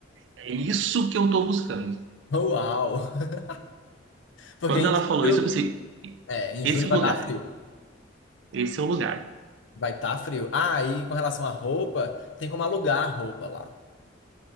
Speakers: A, on the right; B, on the left.
A: É isso que eu tô buscando.
B: Uau! <laughs> Porque
A: Quando
B: em
A: ela
B: julho,
A: falou isso, eu pensei,
B: é, em
A: esse
B: julho
A: é
B: vai
A: o lugar,
B: estar frio.
A: esse é o lugar.
B: Vai estar frio. Ah, e com relação à roupa, tem como alugar roupa lá.